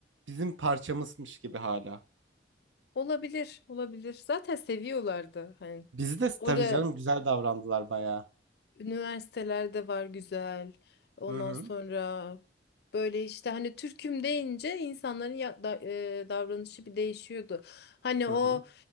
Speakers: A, on the right; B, on the left.
A: bizim parçamızmış gibi hala.
B: Olabilir, olabilir. Zaten seviyorlardı. Hani
A: Bizi de
B: orada
A: tabii canım güzel davrandılar bayağı.
B: üniversitelerde var güzel. Ondan
A: Hı hı.
B: sonra böyle işte hani Türk'üm deyince insanların ya- da- e, davranışı bir değişiyordu. Hani
A: Hı
B: o
A: hı.